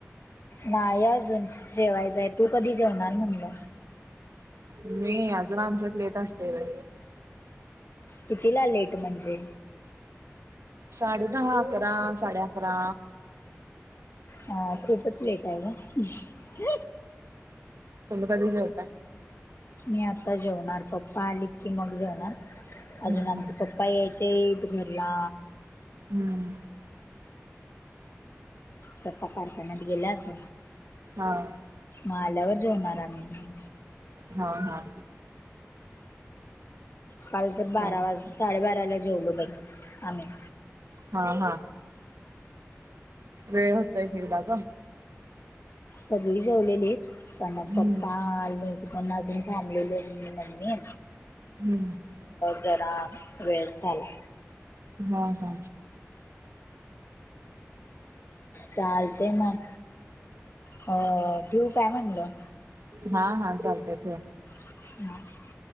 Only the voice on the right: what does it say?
मी अजून आमच्यात लेट असते र
साडे दहा अकरा साडे अकरा
तम कधी जा आहे
हम्म
हम्म
हां
हा हा
हा
हा हा वेळ होतय हेळला का
हम्म
हम्म
हा हा
हा हा चालते तेे